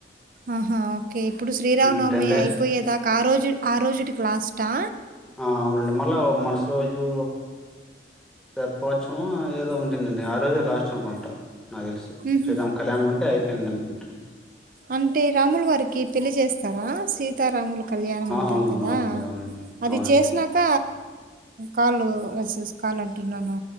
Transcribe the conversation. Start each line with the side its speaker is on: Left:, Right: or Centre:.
Right: ఆహా ఓకే ఇప్పుడు శ్రీరామనవమి
Centre: హ్మ్. టెన్ డేస్
Right: అయిపోయేదాకా ఆ రోజు ఆ రోజుటికి లాస్టా
Centre: ఆ అవునండి మళ్ళా మరుస రోజు తెప్పోత్సవము ఏదో ఉంటుందండి ఆ రోజే లాస్ట్ అనుకుంటా నాకు తెలిసి
Right: హుహు.
Centre: శ్రీరామ్ కళ్యాణం అంటే అయిపోయింది అనుకుంటున్నాను
Right: అంటే రాములు వారికి పెళ్లి చేస్తారా సీ సీతారాములు కళ్యాణం అంటారు
Centre: అవునవును
Right: కదా
Centre: అవునండి అవునండి
Right: అది
Centre: అవునండి
Right: చేసినాక కాల్ వస కాల్ అంటున్నాను